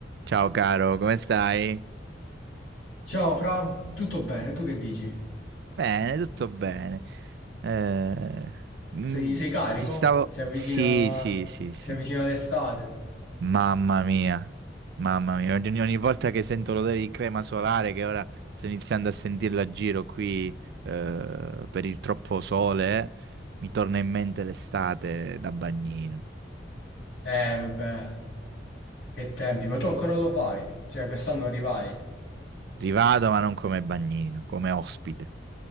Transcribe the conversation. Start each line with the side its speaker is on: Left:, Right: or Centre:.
Right: Ciao caro, come stai?
Left: Ciao Fra, tutto bene? Tu che dici?
Right: Bene, tutto bene. Eh, mm,
Left: Sei, sei carico?
Right: ti stavo...
Left: Si avvicina,
Right: Sì, sì, sì, sì.
Left: si avvicina l'estate?
Right: Mamma mia, mamma mia. Ogni, ogni volta che sento l'odore di crema solare, che ora sto iniziando a sentirla a giro qui eh, per il troppo sole, mi torna in mente l'estate da bagnino.
Left: Eh, vabbè, che tempi, ma tu ancora lo fai? Cioè, quest'anno arrivai?
Right: Rivado, ma non come bagnino, come ospite.